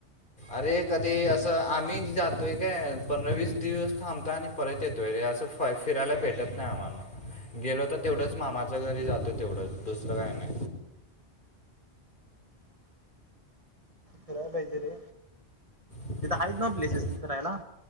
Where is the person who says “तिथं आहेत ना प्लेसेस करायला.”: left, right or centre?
Right